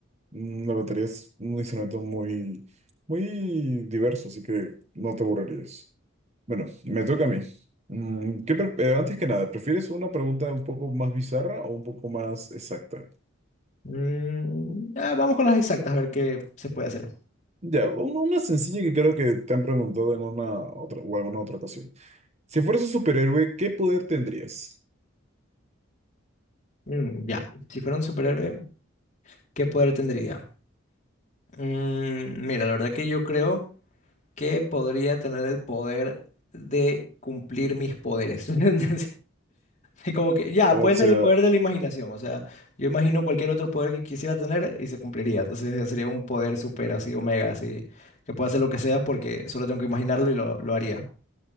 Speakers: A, on the right; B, on the left.
A: Mm, La batería es un instrumento muy, muy diverso, así que no te aburrirías. Bueno, me toca a mí. Mm, ¿qué pre- eh, antes que nada, ¿prefieres una pregunta un poco más bizarra o un poco más exacta?
B: Mm, ah, vamos con las exactas, a ver qué se puede hacer.
A: Ya, un- una sencilla que creo que te han preguntado en una otra o alguna otra ocasión. Si fueras un superhéroe, ¿qué poder tendrías?
B: Mm, ya, si fuera un superhéroe, ¿qué poder tendría? Mm, mira, la verdad que yo creo que podría tener el poder de cumplir mis poderes. <laughs> Es Como que ya,
A: O
B: puede
A: sea,
B: ser el poder de la imaginación. O sea, yo imagino cualquier otro poder que quisiera tener y se cumpliría. Entonces eh, sería un poder super así, omega, así, que pueda hacer lo que sea porque solo tengo que imaginarlo y lo, lo haría.